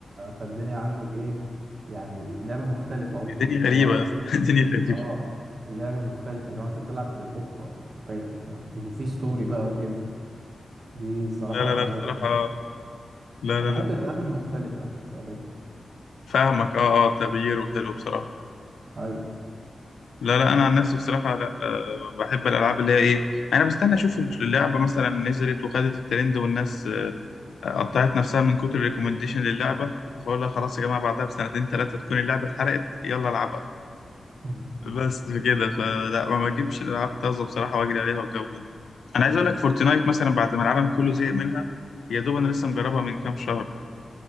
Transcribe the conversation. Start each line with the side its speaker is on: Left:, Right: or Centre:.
Right: فالدنيا عندك إيه يعني لعبة مختلفة قصدي
Left: الدنيا
Right: اللي هو
Left: غريبه يا اسطى <laughs> الدنيا غريبه
Right: آه لعبة مختلفة اللي هو أنت بتلعب بقطة حرفيا <laughs> ف- وفي ستوري بقى وكده دي الصراحة
Left: لا لا
Right: عجبتني
Left: لا بصراحه لا
Right: أنا
Left: لا
Right: بحب
Left: لا
Right: الألعاب المختلفة يعني فيها فكرة
Left: فاهمك اه اه تغيير وحلو بصراحه
Right: مم. أيوه
Left: لا لا انا عن نفسي بصراحه لا أه بحب الالعاب اللي هي ايه انا بستنى اشوف اللعبه مثلا نزلت وخدت الترند والناس آه، قطعت نفسها من كتر الريكومنديشن للعبه فاقول لها خلاص يا جماعه بعدها بسنتين ثلاثه تكون اللعبه اتحرقت يلا العبها
Right: مم.
Left: بس كده فلا ما بجيبش الالعاب طازه بصراحه واجري عليها والجو ده انا عايز اقول لك فورتنايت مثلا بعد ما العالم كله زهق منها يا دوب انا لسه مجربها من كام شهر